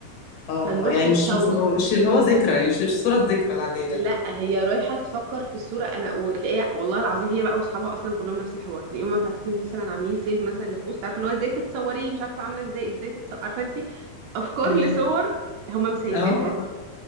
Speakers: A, on the left; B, on the right.
A: اه
B: فنروح
A: اه يعني
B: تتصور
A: مش مش مش اللي هو ذكرى يعني مش مش الصورة الذكرى العادية
B: لا
A: لا
B: هي رايحه تفكر في الصوره انا وتلاقيها والله العظيم هي بقى واصحابها اصلا كلهم نفس الحوار تلاقيهم بقى فاتحين مثلا عاملين سيف مثلا لبوست عارفه اللي هو ازاي تتصوري مش عارفه عامله ازاي ازاي تتصوري عارفه انت افكار
A: امم
B: لصور هم مسيفينها
A: اه